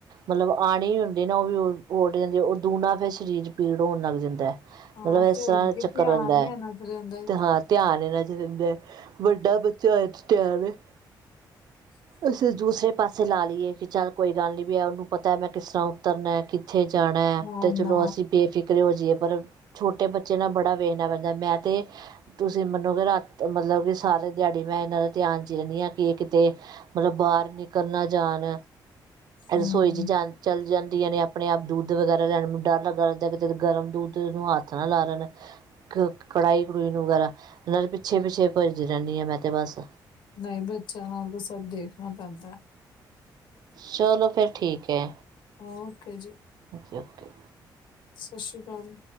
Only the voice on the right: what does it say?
ਮਤਲਬ ਆਣੀ ਹੁੰਦੀ ਨਾ ਉਹ ਵੀ ਉੱਡ ਜਾਂਦੀ, ਉਹ ਦੂਣਾ ਫੇਰ ਸਰੀਰ ਪੀੜ ਹੋਣ ਲੱਗ ਜਾਂਦਾ।
ਮਤਲਬ ਇਸ
ਤਰ੍ਹਾਂ
ਚੱਕਰ
ਰਹਿੰਦਾ
ਹੈ
ਤੇ ਹਾਂ ਧਿਆਨ ਇਨਾ ਚ ਰਹਿਦਾ, ਵੱਡਾ ਬੱਚਾ ਹੋਏ ਤੇ ਧਿਆਨ
ਅਸੀਂ ਦੂਸਰੇ ਪਾਸੇ ਲਾ ਲਈਏ, ਕਿ ਚੱਲ ਕੋਈ ਗੱਲ ਨੀ ਵੀ ਉਹਨੂੰ ਪਤਾ ਮੈਂ ਕਿਸ ਤਰ੍ਹਾਂ ਉੱਤਰਨਾ ਕਿ ਇੱਥੇ ਜਾਣਾ ਹੈ,
ਤੇ ਚਲੋ
ਅਸੀਂ ਬੇਫਿਕਰ ਹੋ ਜਏ ਪਰ ਛੋਟੇ ਬੱਚੇ ਨਾਲ ਬੜਾ ਵੇਖਨਾ ਪੈਂਦਾ ਮੈਂ ਤੇ ਤੁਸੀਂ ਮੰਨੋ ਕਿ ਰਾਤ ਮਤਲਬ ਕਿ ਸਾਰੇ ਦਿਹਾੜੀ ਮੈਂ ਇਹਨਾਂ ਦਾ ਧਿਆਨ 'ਚ ਹੀ ਰਹਿੰਦੀ ਹਾਂ, ਕਿ ਇਹ ਕਿਤੇ ਮਤਲਬ ਬਾਹਰ ਨਿਕਲ ਨਾ ਜਾਣ
ਰਸੋਈ ਚ ਜਾ ਚੱਲ ਜਾਂਦੀਆਂ ਨੇ, ਆਪਣੇ ਆਪ ਦੁੱਧ ਵਗੈਰਾ ਲੈਣ ਨੂੰ ਡਰ ਲੱਗਾ ਲੱਗਦਾ ਜਦ ਗਰਮ ਦੁੱਧਨੂੰ ਹੱਥ ਨਾ ਲਾ ਦੇਣ। ਕੜਾਈ ਕੜੂਈ ਨੂੰ ਵਗੈਰਾ ਨਾਲ ਪਿੱਛੇ-ਪਿੱਛੇ ਭੱਜਦੀ ਰਹਿੰਦੀ, ਹਾਂ ਮੈਂ ਤੇ ਬਸ
ਚਲੋ ਫੇਰ ਠੀਕ ਹੈ।
ਓਕੇ,